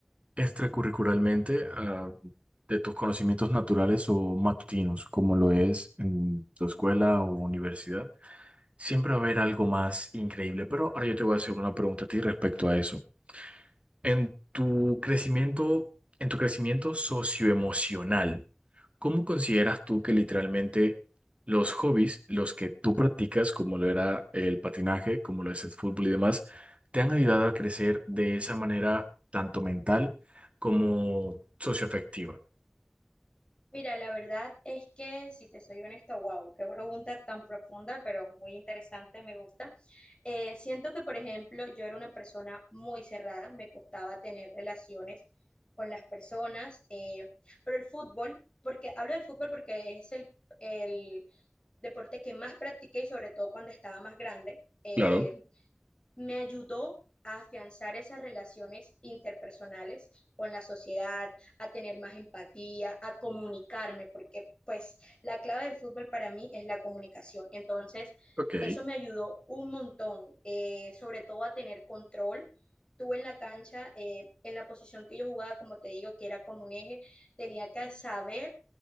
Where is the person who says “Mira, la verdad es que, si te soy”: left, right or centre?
Left